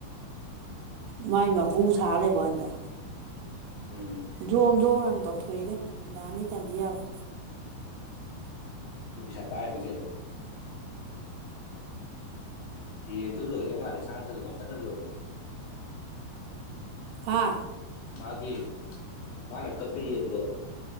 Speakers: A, on the right; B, on the left.
A: ꯃꯥꯏ ꯃꯥ ꯄꯨ ꯊꯥꯂꯦꯕꯗ
B: ꯎꯝ
A: ꯖꯣꯝ ꯖꯣꯝ ꯌꯥꯝ ꯇꯧꯊꯣꯛꯏꯗ ꯅꯤ ꯇꯟꯗꯤ ꯌꯥꯔꯣꯏ
B: ꯄꯩꯁꯥ ꯄꯥꯏ ꯃꯤ ꯀꯅꯣ ꯌꯦꯟꯁꯨ ꯂꯣꯏꯗ꯭ꯔꯣꯏ ꯃꯥꯜꯂꯦ ꯁꯥꯡ ꯊꯁꯨꯅ ꯐꯖꯅ ꯂꯣꯏꯜꯂꯤ
A: ꯑꯥ
B: ꯃꯥꯒꯤ ꯃꯥꯅꯦ ꯀꯄꯔꯤ ꯌꯦꯗꯣ